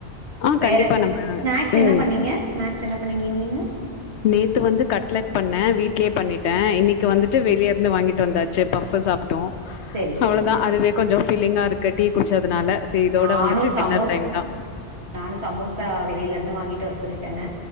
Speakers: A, on the left; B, on the right.
A: ஆ
B: வேற
A: கண்டிப்பா நம்ம
B: ஸ்நாக்ஸ்
A: ம்
B: என்ன பண்ணீங்க ஸ்நாக்ஸ் என்னா பண்ணீங்க ஈவினிங்கு
A: நேத்து வந்து கட்லெட் பண்ணே வீட்லயே பண்ணிட்டே இன்னைக்கு வந்துட்டு வெளிய இருந்து வாங்கிட்டு வந்தாச்சு பவ்வு சாப்ட்டோ
B: சரி
A: அவ்வளதா
B: சரிங்க
A: அதுவே கொஞ்சோ ஃபில்லிங்கா இருக்கு டீ குடிச்சதுனால ச இதோட
B: நானு
A: வந்துட்டு
B: சமோஸ்
A: டின்னர் டைம் தா
B: ஆ நானு சமோசா வெளியில இருந்து வாங்கிட்டு வர சொல்லிட்டேங்க